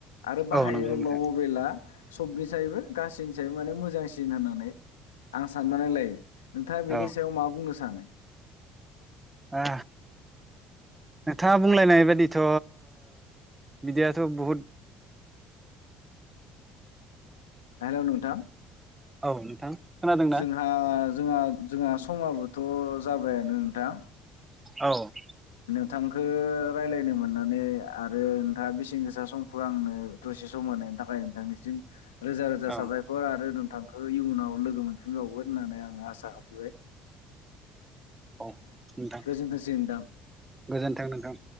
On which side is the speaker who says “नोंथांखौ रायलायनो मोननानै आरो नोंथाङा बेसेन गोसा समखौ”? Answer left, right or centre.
Left